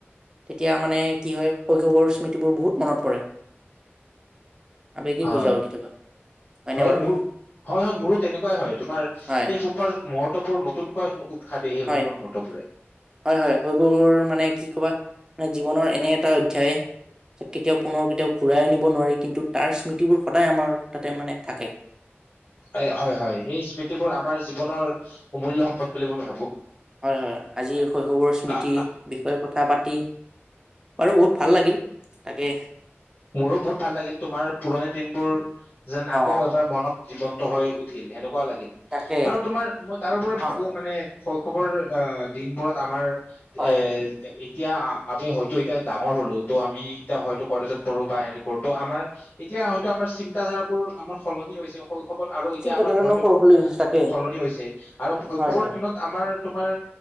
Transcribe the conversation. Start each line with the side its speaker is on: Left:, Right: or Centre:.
Right: তেতিয়া মানে কি হয় শৈশৱৰ স্মৃতিবোৰ বহুত মনত পৰে। আবেগিক
Left: হয়-হয়,
Right: হৈ যাওঁ কেতিয়াবা হয়নে বাৰু
Left: মোৰ হয়-হয়, মোৰো তেনেকুৱাই হয়, তোমাৰ
Right: হয়
Left: এই সুখৰ মুহূৰ্ত উৎসৱবোৰ নতুনকৈ উৎসাহ দিয়ে সেই সুখৰ
Right: হয়-হয়-হয়,
Left: মুহূৰ্তবোৰে
Right: সেইবোৰ মানে কি কবা, মানে জীৱনৰ এনে এটা অধ্যায় কেতিয়াও, পুনৰ কেতিয়াও ঘূৰাই আনিব নোৱাৰি। কিন্তু তাৰ স্মৃতি বোৰ সদায় আমাৰ তাতে মানে থাকে।
Left: এই হয়-হয়, সেই স্মৃতিবোৰ আমাৰ জীৱনৰ অমূল্য সম্পদ বুলি মই ভাবো।
Right: হয়-হয়, আজিৰ শৈশৱৰ স্মৃতি
Left: আহ
Right: বিষয়ে কথা পাতি বাৰু বহুত ভাল লাগিল। তাকে
Left: মইয়ো বহুত ভাল লাগিল। তোমাৰ পুৰণি দিনবোৰ যেন আকৌ
Right: অ
Left: এবাৰ মনত জীৱন্ত হৈ উঠিল সেনেকুৱা লাগিল।
Right: তাকে
Left: আৰু তোমাৰ মই তাৰোপৰি
Right: হয়
Left: ভাবো
Right: হয়
Left: মানে শৈ খবৰ দিনবোৰত আমাৰ
Right: হয়
Left: এ এতিয়া আমি হয়তো, এতিয়া ডাঙৰ হ'লো, তো আমি এতিয়া হয়তো কলেজত পঢ়ো বা হেৰি কৰো তো আমাৰ এতিয়া হয়তো আমাৰ চিন্তা ধাৰাবোৰ আমাৰ সলনি হৈছে। শৈশৱত আৰু এতিয়া
Right: চিন্তা
Left: আমাৰ
Right: ধৰণৰ
Left: ধৰটো
Right: সৰু সৰু তাকে
Left: সলনি হৈছে আৰু শৈশৱৰ
Right: হয় হয়
Left: দিনত আমাৰ তোমাৰ,